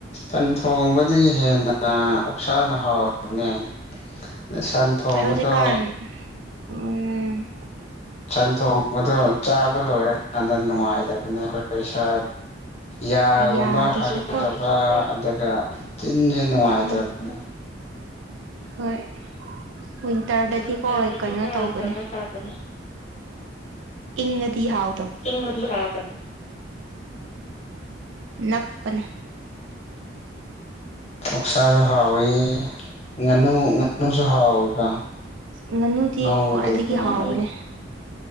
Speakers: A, on the left (about 35°); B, on the right (about 80°).
A: ꯁꯟ ꯊꯣꯡꯕꯗꯒꯤ ꯍꯦꯟꯅ ꯑꯣꯛꯁꯅ ꯍꯥꯎꯔꯕꯅꯦ ꯑ ꯁꯟ ꯊꯣꯡꯕꯗꯣ
B: ꯍꯧꯖꯤꯛꯀꯥꯟ ꯎꯝ
A: ꯁꯟ ꯊꯣꯡꯕꯗꯣ ꯆꯥꯕ ꯂꯣꯏꯔꯀꯥꯟꯗ ꯅꯨꯡꯉꯥꯏꯇꯕꯅꯦ ꯑꯩꯈꯣꯏ ꯏꯁꯥ ꯌꯥꯒꯨꯝꯕ
B: ꯌꯥꯗꯁꯨꯀꯣ
A: ꯍꯥꯕ ꯑꯗꯨꯒ ꯆꯤꯟꯁꯦ ꯅꯨꯡꯉꯥꯏꯇꯕꯅꯦ
B: ꯎꯝ ꯎꯝ ꯍꯣꯏ ꯋꯤꯟꯇꯔꯗꯗꯤꯀꯣꯏ
A: ꯋꯤꯟꯇꯔꯗꯗꯤꯀꯣ
B: ꯀꯩꯅꯣ ꯇꯧꯕꯅꯦ
A: ꯀꯩꯅꯣ ꯇꯧꯕꯅꯦ
B: ꯏꯅꯗꯤ ꯍꯥꯥꯎ
A: ꯏꯗꯤ ꯍꯥꯏ ꯇꯗ
B: ꯅꯄꯅ
A: ꯎꯛꯁꯥꯁꯨ ꯍꯥꯎꯋꯤ ꯉꯥꯅꯨ ꯉꯥꯅꯨꯁꯨ ꯍꯥꯎꯋꯤꯀꯣ
B: ꯉꯥꯅꯨꯗꯤ
A: ꯉꯧꯕꯗꯣ
B: ꯈ꯭ꯋꯥꯏꯗꯒꯤ
A: ꯉꯥꯅꯨ
B: ꯍꯥꯎꯕꯅꯦ